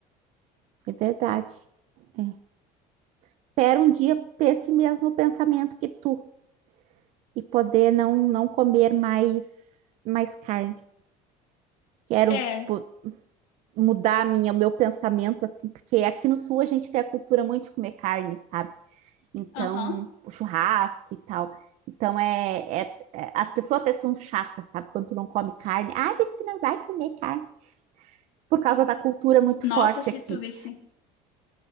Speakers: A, on the right; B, on the left.
A: é verdade. É. Espero um dia ter esse mesmo pensamento que tu e poder não, não comer mais mais carne. Quero,
B: É,
A: po- mudar minha, o meu pensamento, assim, porque aqui no Sul a gente tem a cultura muito de comer carne, sabe? Então,
B: aham.
A: o churrasco e tal. Então, é, é, é- as pessoas até são chatas, sabe? Quando tu não come carne. Ah, mas tu não vai comer carne. Por causa da cultura muito
B: Nossa,
A: forte
B: se
A: aqui.
B: tu visse,